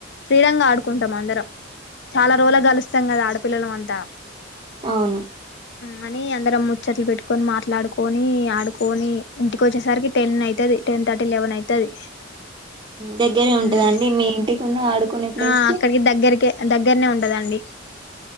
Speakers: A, on the left; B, on the right.
A: ఫ్రీడం గా ఆడుకుంటాం
B: మ్మ్
A: అందరం చాలా
B: మ్మ్
A: రోజులు కలుస్తాం కదా ఆడు పిల్లలం అంత్
B: అవును
A: కానీ అందరం ముచ్చట్లు పెట్టుకొని మాట్లాడుకొని ని ఆడుకొని ఇంటికి వచ్చేసరికి టెన్ అయితది. టెన్ థర్టీ లెవెన్ అయితది.
B: దగ్గరే ఉంటదండి
A: ఉమ్
B: మీ ఇంటికిన్న ఆడుకునే ప్లేస్
A: ఆ
B: కి
A: అక్కడికి దగ్గరికే దగ్గరనే ఉంటదండి